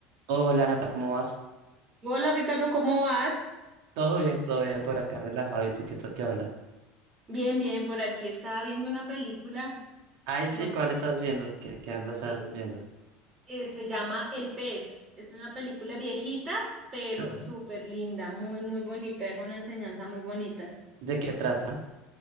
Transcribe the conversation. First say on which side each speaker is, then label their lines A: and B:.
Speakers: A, on the right; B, on the right.
A: Hola Nata, ¿cómo vas?
B: Hola Ricardo, ¿cómo vas?
A: Todo bien, todo bien por acá, relajado. ¿Y tú qué, to- qué onda?
B: Bien, bien, por aquí estaba viendo una película,
A: Ay,
B: lo-
A: sí, ¿cuál estás viendo? ¿Qué, qué andas
B: eh,
A: as- viendo?
B: eh, se llama El pez, es una película viejita, pero
A: Ujú.
B: súper linda, muy, muy bonita, es una enseñanza muy bonita.
A: <clears throat> ¿De qué trata?